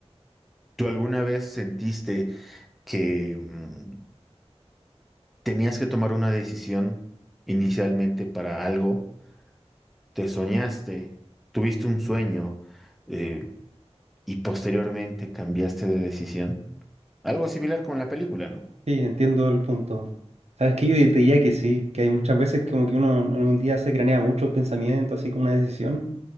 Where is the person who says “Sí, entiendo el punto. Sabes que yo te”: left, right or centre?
Right